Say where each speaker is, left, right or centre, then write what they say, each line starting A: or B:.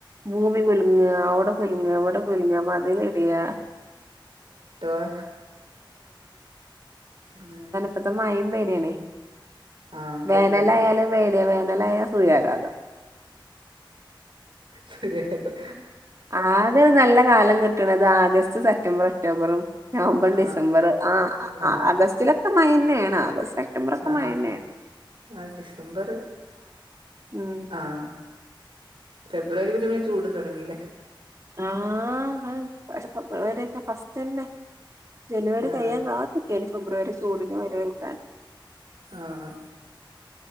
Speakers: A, on the right; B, on the right.
A: ഭൂമി കുലുങ്ങുക അവിടെ കുലുങ്ങുക ഇവിടെ കുലുങ്ങുക മതില് ഇടിയാ.
B: ആ ഉം
A: അപോ മഴയും പേടിയണേ
B: ആഹ് പേടിയാന്ന്
A: വേനലായാല് പേടിയ വേനലായാൽ സൂര്യാഘാതം
B: സൂര്യ ഘാതം
A: ആകെ നല്ല കാലം കിട്ടണത് ആഗസ്റ്റ് സെപ്റ്റംബർ ഒക്ടോബറും. നവംബർ
B: ആ
A: ഡിസംബർ ആഹ്
B: ആ
A: ആഗസ്റ്റിലൊക്കെ മഴ തന്നെയാണ് ആഗസ്റ്റ് സെപ്റ്റംബറാക്കെ
B: ആ
A: മഴ തന്നെയാണ്.
B: ആ ഡിസംബർ
A: ഉം
B: ആഹ് ഫെബ്രുവരിതന്നെ ചൂടും തുടങ്ങില്ലേ.
A: ആഹ് പക്ഷെ ഫെബ്രുവരി ഒക്കെ ഫസ്റ്റ്ന്നെ ജനുവരി
B: ആ
A: കഴിയാൻ കാ ഫെബ്രുവരി വരെ ചൂടിന് വരവൽക്
B: ആഹ്